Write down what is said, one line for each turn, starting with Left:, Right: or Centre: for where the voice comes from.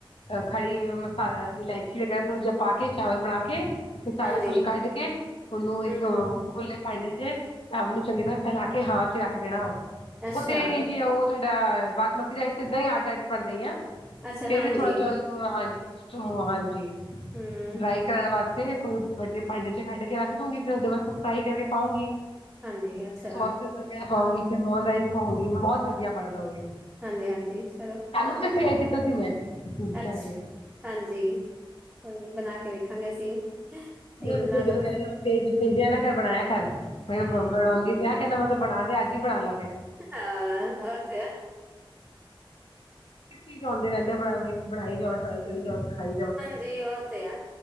Left: ਅ ਖੜੀ ਮਸਾਲ ਇਲਾਇਚੀ। ਵਗੈਰਾ ਥੋੜ੍ਹਾ ਜਿਹਾ ਪਾ ਕੇ ਚਾਵਲ ਬਣਾ ਕੇ ਤੇ ਸਾਰਾ
Centre: ਹਾਂਜੀ,
Left: ਕੁਛ ਕੱਢ ਕੇ ਉਹਨੂੰ ਇੱਕ।
Centre: ਹੂੰ-ਹੂੰ,
Left: ਖੁੱਲੇ ਭਾਂਡੇ ਜੇ ਤਾਂ ਉਹਨੂੰ ਚੰਗੀ ਤਰ੍ਹਾਂ ਫੈਲਾ ਕੇ ਹਵਾ ਚ ਰੱਖ ਦੇਣਾ ਵਾ
Centre: ਅੱਛਾ।
Left: ਉਹ ਤੇ ਇੰਡੀਆ ਉਹ ਤੁਹਾਡਾ ਬਾਸਮਤੀ ਦਾ ਸਿੱਧਾਂ ਹੀ ਅੱਡ ਅੱਡ ਬਣਦਾ ਹੀ ਆ।
Centre: ਅੱਛਾ
Left: ਫਿਰ
Centre: ਹਾਂਜੀ,
Left: ਵੀ ਥੋੜਾ ਜਿਹਾ ਹਾਂਜੀ <inaudible> ਹਾਂਜੀ
Centre: ਹਮ
Left: ਡਰਾਈ ਵਾਸਤੇ ਕੋਈ ਵੱਡੇ ਭਾਂਡੇ ਚ ਕੱਢ ਕੇ ਰੱਖ ਦੂਗੀ ਫਿਰ ਉਹਦੇ ਵਾਸਤੇ ਸਲਾਈ ਕਰਕੇ ਪਾਉਂਗੀ।
Centre: ਹਾਂਜੀ ਅੱਛਾ
Left: ਸੌਸਸ ਪਾਉਂਗੀ ਫਿਰ ਰਾਈਸ ਪਾਉਂਗੀ ਬਹੁਤ ਵਧੀਆ ਬਣਦਾ ਉਹ ਵੀ।
Centre: ਹਾਂਜੀ ਹਾਂਜੀ ਚਲੋ।
Left: ਸਾਨੂੰ ਵੀ ਫੇਰ ਕੀਤਾ ਸੀ ਮੈਂ। ਇੰਸਟਾ
Centre: ਅੱਛ,
Left: 'ਚ
Centre: ਹਾਂਜੀ ਕੋਈ ਨੀ ਬਣਾ ਕੇ ਵੇਖਾਂਗੇ ਅਸੀਂ ਵੀ। ਤੁਸੀਂ
Left: ਨੂੰ
Centre: ਬਣਾ
Left: ਭੇਜ
Centre: ਲਓ ਹੁਣੇ
Left: ਕਹਿ ਭੇਜ ਭੇਜਿਆ ਨਾ ਬਣਾਇਆ ਕਰ। ਮ ਬਣਾਉਂਦੀ ਤੇ ਕਹਿੰਦਾ ਮਤਲਬ ਬਣਾ ਦੇ ਅੱਜ ਹੀ ਬਣਾ ਲਾ ਫਿਰ।
Centre: ਹਾਂ ਉਹ ਤੇ ਹੈ।
Left: ਇੱਕ ਚੀਜ਼ ਆਉਂਦੇ ਰਹਿੰਦੇ ਆ ਬਨਣ ਲਈ ਬਣਾਈ ਜਾਓ ਟਰਾਈ ਕਰੀ ਜਾਓ ਤੇ ਖਾਈ ਜਾਓ।
Centre: ਜੀ ਉਹ ਤੇ ਆ